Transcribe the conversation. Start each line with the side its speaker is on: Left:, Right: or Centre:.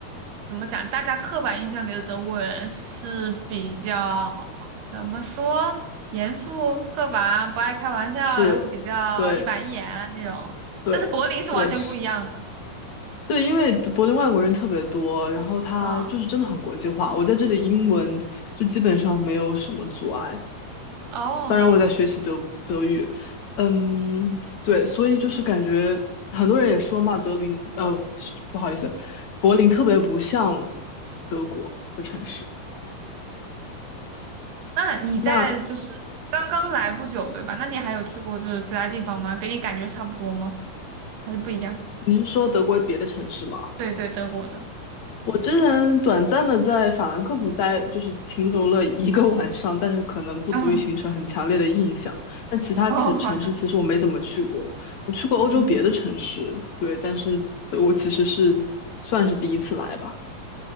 Right: 怎么讲，大家刻板印象里的德国人是比较怎么说，严肃、刻板、不爱开玩笑，
Left: 是，
Right: 然后比较一板一眼那种，
Left: 对，对，
Right: 但是柏林是完全不一样的，
Left: 对，是。对，因为柏林外国人特别多，然后它就是真的很国际化。
Right: 嗯。
Left: 我在这里英文就基本上没有什么阻碍，
Right: 哦，
Left: 当然我在学习德德语，嗯，对，所以就是感觉很多人也说嘛，德林，呃，不好意思，柏林特别不像德国的城市。
Right: 那你在就是刚刚来不久，
Left: 那
Right: 对吧？那你还有去过就是其他地方吗？给你感觉差不多吗？还是不一样？
Left: 你是说德国别的城市吗？
Right: 对对，德国的。
Left: 我之前短暂的在法兰克福待，就是停留了一个晚上，但是可能不足以形成很强烈的印象。
Right: 嗯，
Left: 但其他其城市其实我没怎么去过，
Right: 哦，好的，
Left: 我去过欧洲别的城市，
Right: 嗯，
Left: 对，但是德国其实是算是第一次来吧。